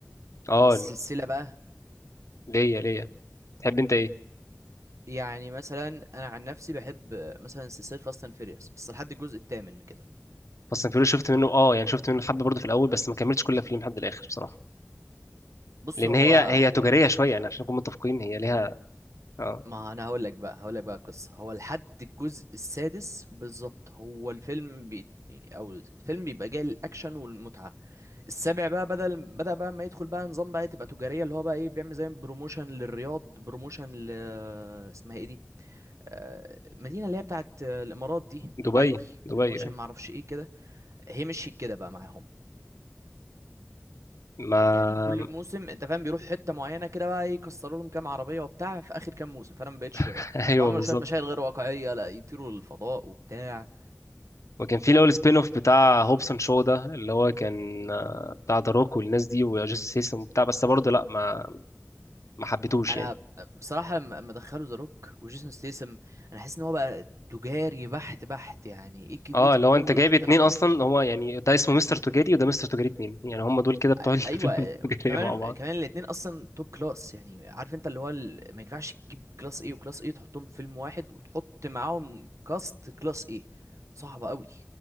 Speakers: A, on the left; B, on the right.
A: اه
B: السلسله بقى
A: ليا ليا تحب انت ايه
B: يعني مثلا انا عن نفسي بحب مثلا سلسله فاست اند فيريوس بس لحد الجزء الثامن كده
A: فاست اند فيوريوس شفت منه اه يعني شفت منه حبه برضه في الاول بس ما كملتش كل الافلام لحد الاخر بصراحه
B: بص
A: لان
B: هو
A: هي هي
B: هو
A: تجاريه شويه يعني
B: قول
A: عشان نكون متفقين هي ليها اه
B: ما انا هقول لك بقى هقول لك بقى القصه هو لحد الجزء السادس بالظبط هو الفيلم بي... او الفيلم بيبقى جاي للاكشن والمتعه السابع بقى بدل بدأ بقى ما يدخل بقى نظام بقى تبقى تجاريه اللي هو بقى ايه بيعمل زي بروموشن للرياض بروموشن ل اسمها ايه دي آه، مدينه اللي هي بتاعت الامارات دي دبي
A: دبي دبي
B: بروموشن
A: ايوه
B: معرفش ايه كده هي مشيت كده بقى معاهم
A: ما
B: يعني كل موسم انت فاهم بيروح حته معينه كده بقى ايه، يكسروا لهم كام عربيه وبتاع في اخر كام موسم فانا ما بقتش
A: <laughs> ايوه
B: وعملوا
A: بالظبط
B: شويه مشاهد غير واقعيه لا يطيروا للفضاء وبتاع
A: وكان في الاول سبين اوف بتاع هوبسون شو ده اللي هو كان آه، بتاع ذا روك والناس دي وجاستس سيستم وبتاع بس برضه لا ما ما حبيتهوش
B: انا
A: يعني
B: بصراحه لما لما دخلوا ذا روك وجيسون ستيسم انا حاسس ان هو بقى تجاري بحت بحت يعني ايه كميه
A: اه اللي
B: النجوم
A: هو انت
B: اللي
A: جايب
B: حطينا
A: اتنين
B: في
A: اصلا
B: ال...
A: هو يعني ده اسمه مستر تجاري وده مستر تجاري اتنين يعني هم دول كده بتوع
B: ا-
A: <laughs> الافلام
B: ايوه
A: التجاريه
B: كمان
A: مع بعض
B: كمان الاتنين اصلا توب كلاس يعني عارف انت اللي هو ال... ما ينفعش تجيب كلاس ايه وكلاس ايه تحطهم في فيلم واحد وتحط معاهم كاست كلاس ايه صعبه قوي